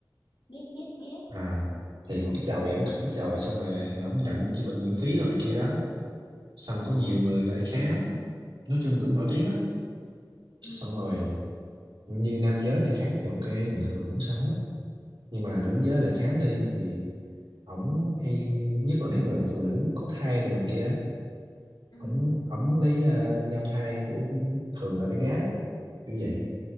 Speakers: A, on the left; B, on the right.
A: biết, biết, biết,
B: à thì một cái chòi ông cắt cái chòi xong rồi ông nhận chữa bệnh miễn phí rồi này kia đó xong
A: ừ,
B: rồi có nhiều người lại khám nói chung cũng nổi tiếng á
A: ừ,
B: xong rồi như nam giới lại khám thì ok bình thường không sao hết nhưng mà nữ giới lại khám đi thì ổng hay nhất là mấy người mà phụ nữ có thai đồ này kia
A: ừ,
B: ổng ổng lấy ờ, nhau thai của thường là bé gái kiểu vậy